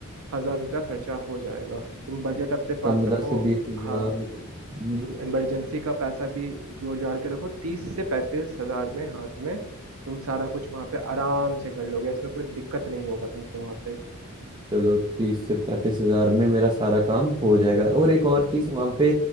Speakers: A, on the right (about 70°); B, on the right (about 20°).
A: हजार रुपया खर्चा हो जाएगा तुम बजट अपने पास
B: पंद्रह
A: रखो
B: से बीस हजार
A: हाँ
B: हम्म,
A: तुम इमरजेंसी का पैसा भी जोड़ जाड़ के रखो तीस से पैंतीस हजार में हाथ में तुम सारा कुछ वहां पे आराम से कर लोगे इसमें कोई दिक्कत नहीं होगा तुमको वहां पे
B: चलो तीस से पैंतीस हजार में मेरा सारा काम हो जाएगा और एक और चीज वहाँ पे